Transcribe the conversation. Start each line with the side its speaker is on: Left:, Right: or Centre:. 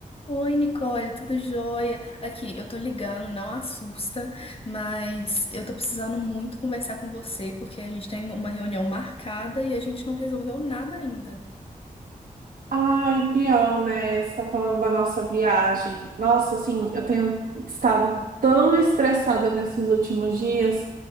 Left: Oi, Nicole, tudo jóia? Aqui, eu tô ligando, não assusta, mas eu tô precisando muito conversar com você porque a gente tem uma reunião marcada e a gente não resolveu nada ainda.
Right: Ai, pior, né? Você tá falando da nossa viagem. Nossa, assim, eu tenho estado tão estressada nesses últimos dias